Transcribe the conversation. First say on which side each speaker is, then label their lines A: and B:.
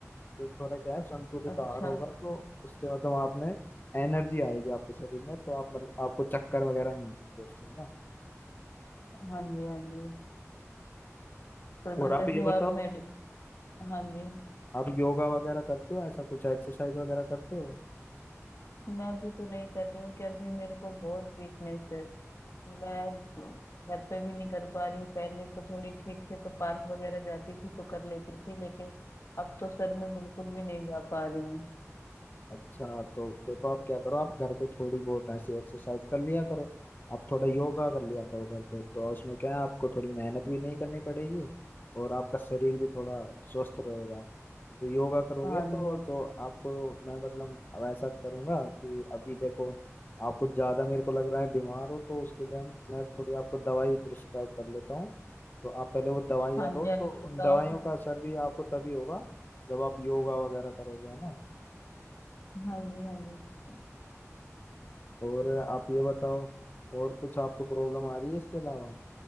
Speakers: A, on the left (about 35°); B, on the left (about 60°).
A: तो थोड़ा क्या है संतुलित
B: अच्छा
A: आहार होगा तो इससे मतलब आपने एनर्जी आएगी आपके शरीर में तो आप मतलब आपको चक्कर वगैरह नहीं आएंगे इससे ना
B: हाँ जी हाँ जी तो जो
A: और आप
B: जैसे
A: ये बताओ
B: आप मेडि हाँ जी
A: आप योगा वगैरह करते हो ऐसा कुछ एक्सरसाइज वगैरह करते हो
B: मैं भी तो नहीं कर रही हूँ कि अभी मेरे को बहुत वीकनेस है मैं घर पे भी नहीं कर पा रही हूँ पहले तो थोड़ी ठीक थी तो पार्क वगैरह जाती थी तो कर लेती थी लेकिन अब तो सर मैं बिल्कुल भी नहीं जा पा रही हूँ
A: अच्छा तो देखो आप क्या करो आप घर पे थोड़ी बहुत ऐसे एक्सरसाइज कर लिया करो आप थोड़ा योगा कर लिया करो घर पे तो उसमें क्या है आपको थोड़ी मेहनत भी नहीं करनी पड़ेगी और आपका शरीर भी थोड़ा स्वस्थ रहेगा तो योगा करोगे
B: हाँ
A: तो
B: जी हाँ
A: जो आपको मैं मतलब अब ऐसा करूंगा कि अभी देखो आप कुछ ज्यादा मेरे को लग रहा है बीमार हो तो उसके लिए हम मैं थोड़ी आपको दवाई प्रिस्क्राइब कर लेता हूँ तो आप पहले वो दवाइयाँ
B: हाँ
A: लो
B: जी हाँ
A: तो
B: जी बताओ
A: उन दवाइयों
B: सर
A: का असर भी आपको तभी होगा जब आप योगा वगैरह करोगे है ना
B: हाँ जी हाँ जी
A: और आप ये बताओ और कुछ आपको प्रॉब्लम आ रही है इसके अलावा